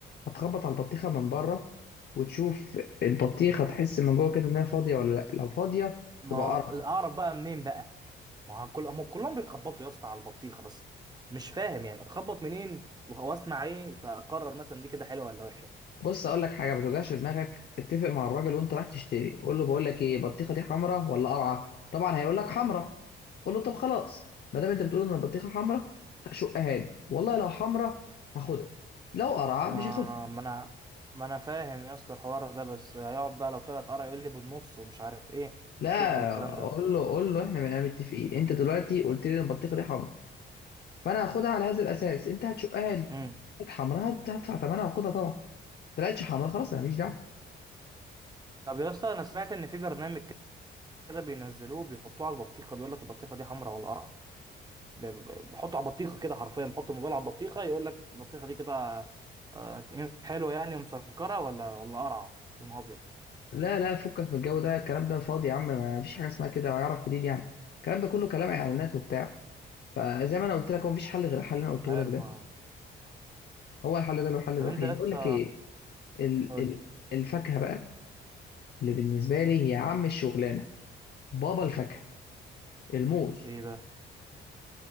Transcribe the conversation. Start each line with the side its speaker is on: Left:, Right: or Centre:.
Left: هتخبط على البطيخه من بره وتشوف البطيخه تحس من جوه كده انها فاضيه ولا لا لو فاضيه
Right: ما
Left: تبقى
Right: هو
Left: قرع
Right: اعرف بقى منين بقى ما هو كل هم كلهم بيخبطوا يا اسطى على البطيخه بس مش فاهم يعني اخبط منين وأخ- واسمع ايه فاقرر مثلا دي كده حلوه ولا وحشه
Left: بص اقول لك حاجه ما توجعش دماغك اتفق مع الراجل وانت رايح تشتري قول له بقول لك ايه بطيخه دي حمراء ولا قرعه طبعا هيقول لك حمراء قول له طب خلاص ما دام انت بتقول ان البطيخه حمراء شقها لي والله لو حمراء هاخدها لو قرعه
Right: ما
Left: مش هاخدها
Right: ما انا ما انا فاهم يا اسطى الحوار ده بس هيقعد بقى لو طلعت قرع يقول لي بالنص ومش عارف ايه
Left: لا
Right: الشغل الكلام ده
Left: قول له قول له احنا بقينا متفقين انت دلوقتي قلت لي ان البطيخه دي حمراء فانا هاخدها على هذا الاساس انت هتشقها لي
Right: امم
Left: كانت حمراء هت- هدفع ثمنها واخدها طبعا طلعتش حمراء خلاص انا ماليش دعوه
Right: طب يا اسطى انا سمعت ان في برنامج كده بينزلوه بيحطوه على البطيخه بيقول لك البطيخه دي حمراء ولا قرعه ب- ب- بحطه على بطيخه كده حرفيا بحط الموبايل على البطيخه يقول لك البطيخه دي كده آه، حلوه يعني ومسكره ولا ولا قرعه لونها ابيض
Left: لا لا فكك من الجو ده الكلام ده فاضي يا عم ما فيش حاجه اسمها كده ويعرف منين يعني الكلام ده كله كلام اعلانات وبتاع فزي ما انا قلت لك هو مفيش حل غير الحل اللي انا
Right: مش
Left: قلته
Right: عارف
Left: لك ده
Right: آه.
Left: هو الحل ده الحل
Right: طب
Left: الوحيد
Right: انت لسه
Left: بقول لك ايه ال
Right: قول
Left: ال
Right: لي
Left: الفاكهه بقى اللي بالنسبه لي هي عم الشغلانه بابا الفاكهه الموز
Right: ايه بقى